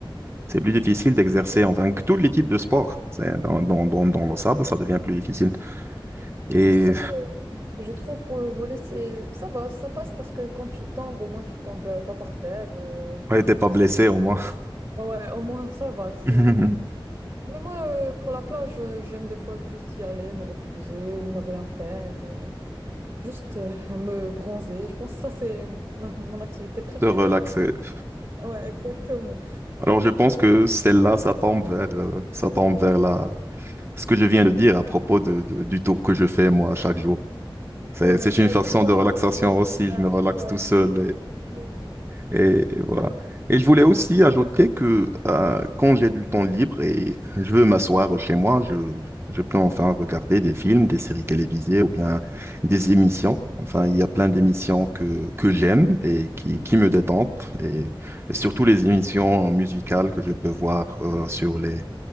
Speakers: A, on the right; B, on the right.
A: c'est plus difficile d'exercer, enfin, que tous les types de sports. c'est- Dans, dans, dans, dans le sable, ça devient plus difficile. Et
B: Sauf que je trouve pour le volley, c'est, ça va, ça passe parce que quand tu tombes, au moins tu tombes euh, pas par terre. euh,
A: ouais, t'es pas blessé
B: c'est-
A: au moins.
B: Ouais, au moins ça va. C'est...
A: <laughs>
B: Mais moi, euh, pour la plage, euh, j'aime des fois juste y aller, me reposer, ne rien faire. euh. Juste euh, à me bronzer. Je pense que ça, c'est m- la- mon activité préférée.
A: se relaxer.
B: Ouais, exactement.
A: Alors je pense que celle-là, ça tombe vers, euh, ça tombe vers la... ce que je viens de dire à propos de, de- du tour que je fais moi chaque jour. C'est,
B: Ouais,
A: c'est
B: exactement,
A: une façon de relaxation
B: je pense.
A: aussi.
B: Ah,
A: Je me relaxe
B: ouais,
A: tout seul
B: oui,
A: et, <laughs> et et voilà. Et je voulais aussi ajouter que euh, quand j'ai du temps libre et je veux m'asseoir chez moi, je, je peux enfin regarder des films, des séries télévisées ou bien des émissions. Enfin, il y a plein d'émissions que, que j'aime
B: ouais.
A: et qui, qui me détendent et, et surtout les émissions musicales que je peux voir euh, sur les,